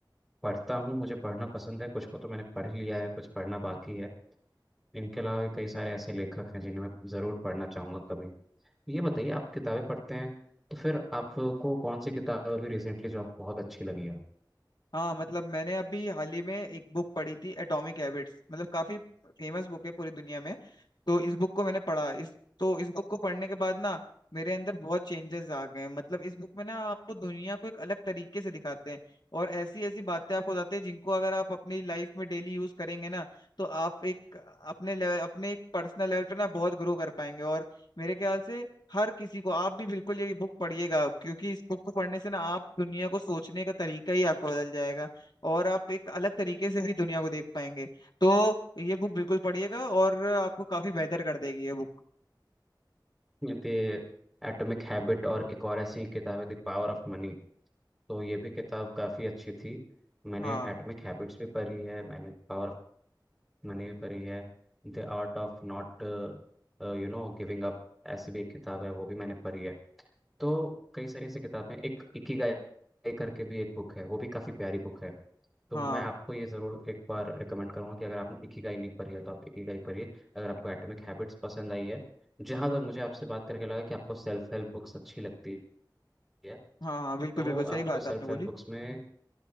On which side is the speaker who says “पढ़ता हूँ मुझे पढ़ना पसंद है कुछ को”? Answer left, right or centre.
Centre